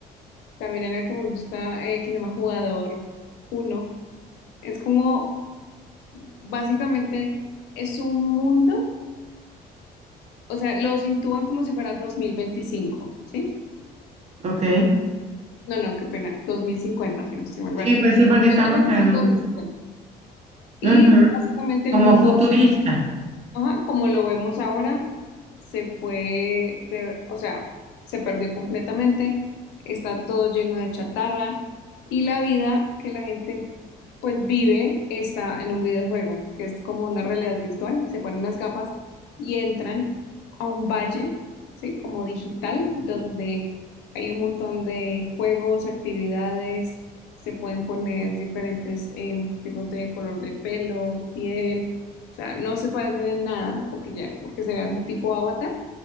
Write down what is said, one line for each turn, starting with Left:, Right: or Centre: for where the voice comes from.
Left: También hay una que me gusta, eh, que se llama Jugador uno Es como, básicamente, es un mundo, o sea, los intúan como si fuera dos mil veinticinco ¿sí?
Right: Ok.
Left: No, no, qué pena, 2050 si no estoy mal. Bueno,
Right: Sí, pues sí, porque estamos
Left: dos mil veinticinco,
Right: en...
Left: dos mil cincuenta Y
Right: ujú,
Left: básicamente el
Right: Como
Left: mundo
Right: futurista.
Left: Ajá, como lo vemos ahora, se fue de, o sea, se perdió completamente, está todo lleno de chatarra y la vida que la gente pues vive está en un videojuego, que es como una realidad virtual, se ponen las gafas y entran a un valle, ¿sí? Como digital, donde hay un montón de juegos, actividades, se pueden poner diferentes em, tipos de color de pelo, piel o sea, no se parecen en nada porque ya, porque serán tipo Avatar.